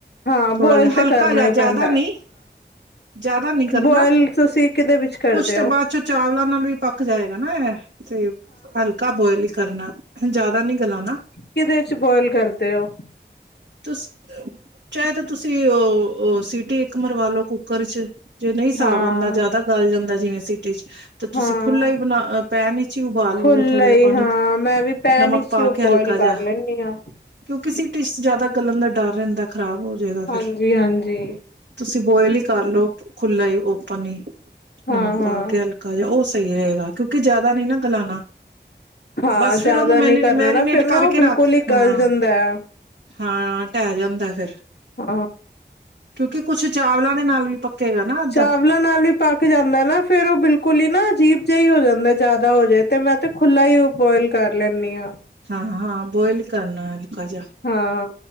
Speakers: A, on the left; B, on the right.
A: ਹਾਂ
B: ਥੋੜਾ
A: ਬੋਇਲ
B: ਜਿਹਾ
A: ਤਾਂ ਕਰਨਾ ਹੀ ਪੈਣਾ
B: ਹਲਕਾ ਨੀ ਜਿਆਦਾ ਨੀ ਕਰਨਾ
A: ਬੋਇਲ ਤੁਸੀਂ ਕਿਦੇ ਵਿੱਚ ਕਰਦੇ
B: ਕੁਛ ਤੇ
A: ਹੋ
B: ਬਾਅਦ ਚੋਂ ਚਾਵਲਾਂ ਨਾਲ ਵੀ ਪੱਕ ਜਾਏਗਾ ਨਾ ਇਹ ਤੇ ਹਲਕਾ ਬੋਇਲ ਹੀ ਕਰਨਾ ਜ਼ਿਆਦਾ ਨੀ ਗਲਾਣਾ
A: ਕਿਹਦੇ ਚ ਬੋਆਇਲ ਕਰਦੇ ਹੋ
B: ਤੁਸ ਚਾਹੇ ਤਾਂ ਤੁਸੀਂ ਉਹ ਉਹ ਸੀ ਸਿਟੀ ਇੱਕ ਮਰਵਾਾਲੋ ਕੁੱਕਰ ਚ ਜੇ ਨਹੀਂ ਹਿਸਾਬ
A: ਹਾਂ
B: ਆਉਂਦਾ ਜ਼ਿਆਦਾ ਗਲ ਜਾਂਦਾ ਜਿਵੇਂ ਜੇ ਸਟੀ ਚ ਤਾਂ ਤੁਸੀਂ
A: ਹਾਂ
B: ਖੁਲਾ ਹੀ ਬਣਾ ਪੈਨ ਵਿਚ ਹੀ ਉਬਾਲ
A: ਖੁੱਲਾ
B: ਲਵੋ ਥੋੜ੍ਹਾ ਜਿਹਾ
A: ਹੀ
B: ਪਾਣੀ
A: ਹਾਂ ਮੈਂ ਵੀ ਪੈਨ
B: ਨਮਕ
A: ਵਿੱਚ
B: ਪਾ
A: ਹੀ
B: ਕੇ
A: ਬੋਇਲ
B: ਹਲਕਾ
A: ਕਰ
B: ਜਿਹਾ
A: ਲੈਂਦੀ ਹਾਂ
B: ਕਿਉਂਕਿ ਜਿਆਦਾ ਗਲਨ ਦਾ ਡਰ ਰਹਿੰਦਾ ਖ਼ਰਾਬ ਹੋ ਜਾਏਗਾ
A: ਹਾਂਜੀ
B: ਫਿਰ
A: ਹਾਂਜੀ
B: ਤੁਸੀਂ ਬੋਇਲ ਕਰਲਓ ਖੁੱਲਾ ਉਹ ਖ ਪੂਨਲੀ ਪ
A: ਹਾਂ
B: ਨਮਕ
A: ਹਾਂ
B: ਪਾ ਕੇ ਹਲਕਾ ਜਿਹਾ ਉਹ ਸਹੀ ਰਹੇਗਾ ਕਿਉਂਕਿ ਜ਼ਿਆਦਾ ਦਾ ਨੀ ਨਾ ਗਲਣਾਾ
A: ਹਾਂ
B: ਬਸ
A: ਜ਼ਿਆਦਾ
B: ਫਿਰ ਉਹਨੂੰ ਮੈਰੀ
A: ਨੀ ਕਰਨਾ
B: ਮੈਰੀਨੇਟ
A: ਨਾ ਫਿਰ
B: ਕਰਕੇ
A: ਨਾ ਉਹ ਬਿਲਕੁਲ
B: ਰੱਖ
A: ਹੀ
B: ਹਾਂ
A: ਗਲ ਜਾਂਦਾ ਹੈ
B: ਹਾਂ ਢਹਿ ਜਾਂਦਾ ਫਿਰ
A: ਹਾਂ
B: ਕਿਉਂਕਿ ਕੁਛ ਚਾਵਲਾਂ ਦੇ ਨਾਲ ਵੀ ਪੱਕੇਗਾ ਨਾ ਅੱਧਾ
A: ਚਾਵਲਾਂ ਨਾਲ ਹੀ ਪੱਕ ਜਾਂਦਾ ਨਾ ਫੇਿਰ ਉਹ ਬਿਲਕੁਲ ਹੀ ਨਾ ਅਜੀਬ ਜਾ ਹੀ ਹੋ ਜਾਂਦਾ ਜ਼ਿਆਦਾ ਹੋ ਜਾਏ ਤੇ ਮੈਂ ਤੇ ਖੁੱਲਾ ਹੀ ਬੋਇਲ ਕਰ ਲੈਂਦੀ ਹਾਂ
B: ਹਾਂ ਹਾਂ ਬੋਇਲ ਕਰਨਾ ਹਲਕਾ ਜਿਹਾ
A: ਹਾਂ